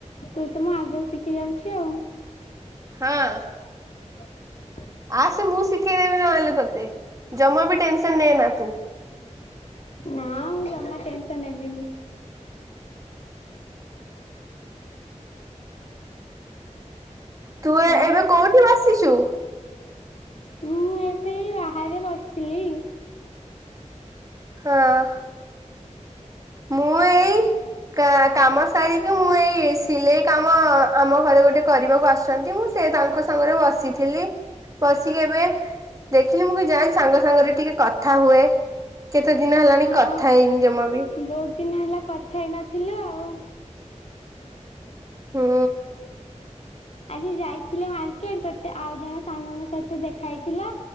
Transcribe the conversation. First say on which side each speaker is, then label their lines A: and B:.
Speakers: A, on the left; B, on the right.
A: ତୁ ତ ମୁଁ ଆଗରୁ ଶିଖି ଯାଉଛି ଆଉ
B: ହଁ
A: ହ
B: ଆସେ ମୁଁ ଶିଖେଇ ଦେେବି ନହେଲେ ତତେ ଜମା ବି ଟେନସନ ନେଏନା ତୁ।
A: ନାଁ ଜମା ଟେନ୍ସନ ହେବିନି।
B: ତୁ ଏବେ
A: ଆଉ
B: କୋଉଠି ବସିଛୁ।
A: ମୁଁ ଏବେ ବାହାରେ ବସିଥିଲି।
B: ହଁ ମୁଁ ଏଇ କାମ ସାରିକି ମୁଁ ଏଇ ସିଲେଇ କାମ ଆମ ଘରେ ଗୋଟେ କରିବାକୁ ଆସୁଛନ୍ତି ମୁ ସେ ତାଙ୍କ ସାଙ୍ଗରେ ବସିଥିଲି। ପଶିକି ଏବେ ଦେଖିଲି ମୁଁ ବି ଯାଏ ସାଙ୍ଗ ସାଙ୍ଗରେ ଟିକେ କଥା ହୁଏ। କେତେ ଦିନ ହେଲାଣି
A: ହଁ
B: କଥା ହେଇନି ଜମା ବି
A: ବହୁତ ଦିନ ହେଲା କଥା ହେଇ ନଥିଲୁ ଆଉ।
B: ହୁଁ
A: ଆଜି ଯାଇଥିଲି ମାର୍କେଟ ଗୋଟେ ଆଉ ଜଣ ସାଙ୍ଗଙ୍କ ସହିତ ଦେଖା ହେଇଥିଲା।